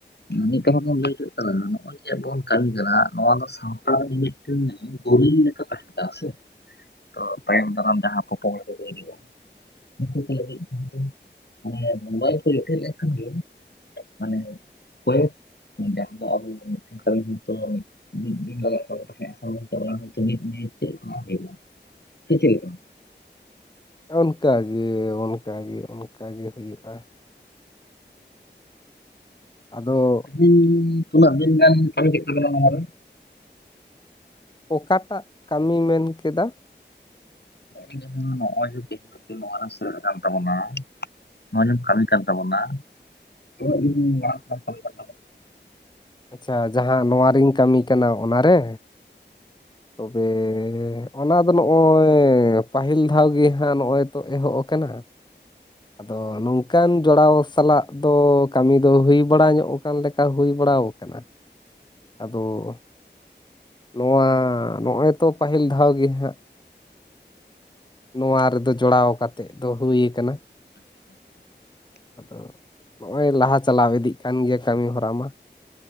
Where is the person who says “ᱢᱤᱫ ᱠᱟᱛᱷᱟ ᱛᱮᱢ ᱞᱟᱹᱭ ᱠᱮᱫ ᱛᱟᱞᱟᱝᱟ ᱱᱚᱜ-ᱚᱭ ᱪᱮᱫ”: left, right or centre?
Left